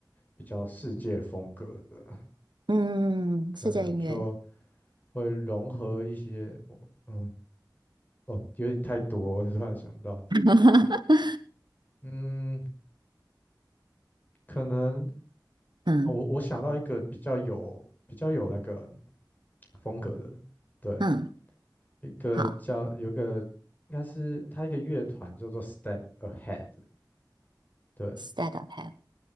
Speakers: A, on the left; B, on the right.
A: 比较世界风格的。
B: 嗯，
A: 可能就
B: 世界音乐，
A: 会融合一些，我嗯，哦，有点太多，我突然想到，
B: <laughs>
A: 嗯，可能
B: 嗯
A: 哦，我我想到一个比较有比较有那个风格的，对，
B: 嗯，
A: 一个叫有个应该是它一个乐团叫做
B: 好
A: Step Ahead，对
B: ，State of h e a l t